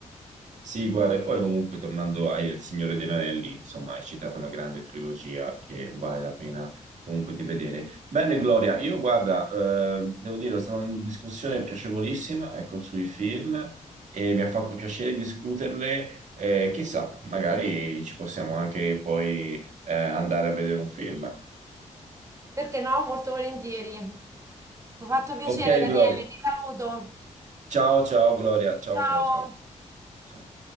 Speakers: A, on the right; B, on the right.
A: Sì, guarda, e poi comunque tornando al Signore degli Anelli, insomma, hai citato una grande trilogia che vale la pena comunque di vedere. Bene, Gloria, io guarda, eh, devo dire, è stata una discussione piacevolissima, ecco, sui film e mi ha fatto piacere discuterle. Eh, chissà, magari ci possiamo anche poi eh, andare a vedere un film.
B: Perché no? Molto volentieri. Mi ha fatto piacere,
A: Ok,
B: Daniele,
A: Gloria.
B: ti saluto.
A: Ciao, ciao, Gloria. Ciao,
B: Ciao.
A: ciao, ciao. Ciao.